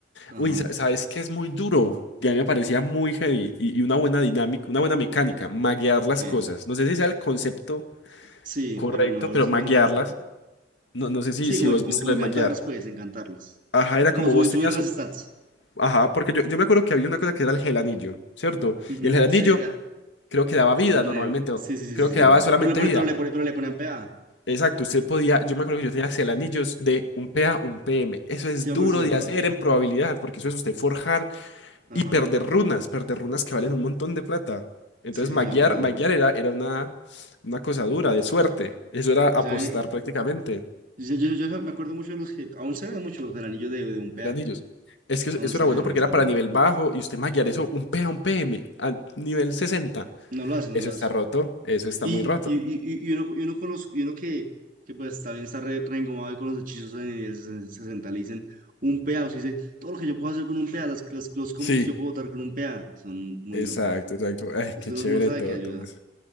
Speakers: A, on the right; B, on the left.
A: ajá.
B: Uy, sa- ¿sabes qué es muy duro? Y a mí me parecía muy heavy y, y una buena dinámica, una buena mecánica, maguear las
A: ok.
B: cosas. No sé si sea el concepto
A: Sí,
B: correcto,
A: pero no, los-
B: pero maguearlas.
A: no, no- no-
B: No, no sé si,
A: Sí,
B: si
A: como,
B: vos
A: como,
B: viste
A: como
B: lo de
A: encantarlas,
B: maguear.
A: pues, encantarlas.
B: Ajá, era
A: Como
B: como
A: subir,
B: vos tenías
A: subir las
B: un...
A: stats.
B: Ajá, porque yo, yo me acuerdo que había una cosa que era el gelanillo, ¿cierto?
A: Ujú,
B: Y el gelanillo
A: Sí, era
B: creo que daba vida
A: era re.
B: normalmente,
A: Sí,
B: o
A: sí, sí,
B: creo
A: sí,
B: que
A: sí.
B: daba solamente
A: Pero le, pone-
B: vida.
A: pero le, pone- pero le ponían PA.
B: Exacto, usted podía, yo me acuerdo que yo tenía gelanillos de un p a un PM. Eso es
A: Sí, me acuerdo,
B: duro
A: sí, me
B: de
A: acuerdo.
B: hacer en probabilidad, porque eso es usted forjar
A: Ajá.
B: y perder runas, perder runas que valen un montón de plata. Entonces,
A: Sí, sí,
B: maguear,
A: sí, me acuerdo.
B: maguear era, era una, una cosa dura, de suerte. Eso era apostar
A: Y saben,
B: prácticamente.
A: yo, yo, yo me acuerdo mucho de los que. Aún se ven mucho los anillos de, de un PA.
B: Eran anillos. Es que eso,
A: Aún
B: eso
A: se
B: era bueno
A: ven,
B: porque
A: aún se
B: era para
A: ven.
B: nivel bajo y usted maguear eso un P a un PM a nivel sesenta,
A: No lo hacen,
B: Eso
A: no lo
B: está
A: hacen.
B: roto, eso está
A: Y,
B: muy roto.
A: y, y, y uno, y uno, conoz- y uno que, que pues también está re, reengomado ahí con los hechizos en el ses- 60, le dicen un PA, o sea, dice, todo lo que yo puedo hacer con un PA, las, las- los combos
B: Sí,
A: que yo puedo botar con un PA, son muy
B: exacto,
A: locos.
B: exacto. Ay,
A: Entonces
B: qué
A: uno,
B: chévere
A: uno sabe
B: todo,
A: que ayuda.
B: todo eso.